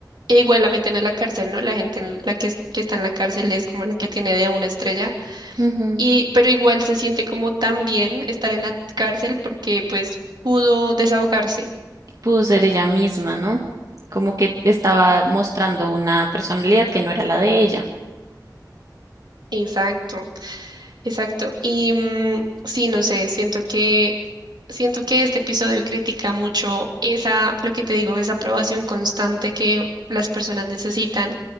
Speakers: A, on the right; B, on the right.
A: E igual la meten a la cárcel, ¿no? La gente en la que, es- que está en la cárcel es como la que tiene de a una estrella.
B: Ujú.
A: Y, pero igual se siente como tan bien estar en la cárcel porque pues pudo desahogarse.
B: pudo ser ella misma, ¿no? Como que estaba mostrando una personalidad que no era la de ella.
A: Exacto. Exacto. Y mm, sí, no sé, siento que siento que este episodio critica mucho esa, lo que te digo, esa aprobación constante que las personas necesitan